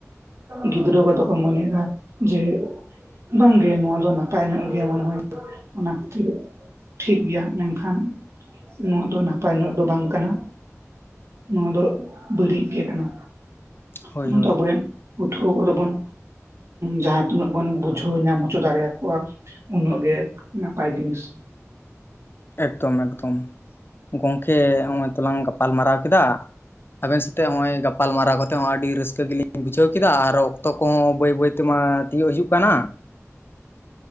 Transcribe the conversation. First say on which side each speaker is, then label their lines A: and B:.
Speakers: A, on the right (about 60°); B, on the left (about 45°).
A: ᱜᱤᱫᱽᱨᱟᱹ ᱠᱚᱫᱚ ᱠᱚ ᱢᱚᱱᱮᱭ ᱫᱟ ᱡᱮ ᱵᱟᱝ ᱜᱮ ᱱᱚᱣᱟ ᱫᱚ ᱱᱟᱯᱟᱭ ᱧᱚᱜ ᱜᱮᱭᱟ ᱢᱚᱱ ᱦᱚᱭ ᱚᱱᱟ ᱠᱷᱟᱹᱛᱤᱨ ᱴᱷᱤᱠ ᱜᱮᱭᱟ ᱢᱮᱱᱠᱷᱟᱱ ᱱᱚᱣᱟ ᱫᱚ ᱱᱟᱯᱟᱭ ᱧᱚᱜ ᱫᱚ ᱵᱟᱝ ᱠᱟᱱᱟ, ᱱᱚᱣᱟ ᱫᱚ ᱵᱟᱹᱲᱤᱡ ᱜᱮ ᱠᱟᱱᱟ᱾
B: ᱦᱳᱭ
A: ᱚᱱᱟ
B: ᱦᱳᱭ
A: ᱫᱚ ᱟᱵᱚᱨᱮᱱ ᱯᱟᱹᱴᱷᱩᱣᱟᱹ ᱠᱚᱫᱚ ᱵᱚᱱ ᱡᱟᱦᱟᱸ ᱛᱤᱱᱟᱹᱜ ᱵᱚᱱ ᱵᱩᱡ ᱡᱷᱟᱹᱣ ᱧᱟᱢ ᱦᱚᱪᱚ ᱫᱟᱲᱮᱭᱟᱠᱚᱣᱟ ᱩᱱᱟᱹᱜ ᱜᱮ ᱱᱟᱯᱟᱭ ᱡᱤᱱᱤᱥ
B: ᱮᱠᱫᱚᱢ ᱮᱠᱫᱚᱢ ᱜᱚᱢᱠᱮ ᱱᱚᱜᱚᱭ ᱛᱚᱞᱟᱝ ᱜᱟᱯᱟᱞᱢᱟᱨᱟᱣ ᱠᱮᱫᱟ, ᱟᱵᱮᱱ ᱥᱟᱛᱮᱜ ᱦᱚᱸᱜᱼᱚᱭ ᱜᱟᱯᱟᱞ ᱢᱟᱨᱟᱣ ᱠᱟᱛᱮ ᱦᱚᱸ ᱟᱹᱰᱤ ᱨᱟᱹᱥᱠᱟᱹ ᱜᱮᱞᱤᱧ ᱵᱩᱡᱷᱟᱹᱣ ᱠᱮᱫᱟ ᱟᱨ ᱚᱠᱛᱚ ᱠᱚᱦᱚᱸ ᱵᱟᱹᱭ ᱵᱟᱹᱭ ᱛᱮᱢᱟᱼᱼ ᱛᱤᱭᱳᱜ ᱦᱤᱡᱩᱜ ᱠᱟᱱᱟ᱾